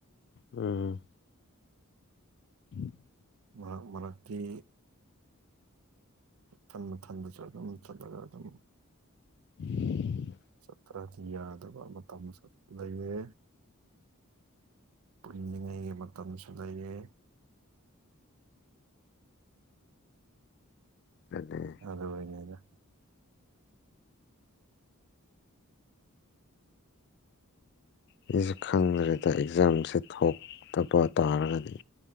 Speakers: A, on the left; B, on the right.
A: ꯎꯝ <inaudible>
B: ꯃꯥ ꯃꯥꯔꯛꯀꯤ ꯊꯟꯕ ꯊꯟꯕꯁꯨ ꯑꯗꯨꯝ ꯆꯠꯂꯒ ꯑꯗꯨꯝ
A: <unintelligible> <inaudible>
B: ꯆꯠꯇ꯭ꯔꯗꯤ ꯌꯥꯗꯕ ꯃꯇꯝ ꯂꯩꯌꯦ ꯄꯨꯂꯤꯉꯩꯒꯤ ꯃꯇꯝꯁꯨ ꯂꯩꯌꯦ
A: ꯑꯗꯨꯅꯦ
B: <unintelligible>
A: ꯑꯩꯁꯨ ꯈꯪꯗ꯭ꯔꯦꯗ ꯑꯦꯛꯖꯥꯝꯁꯦ ꯊꯣꯛꯇꯕ ꯇꯥꯔꯒꯗꯤ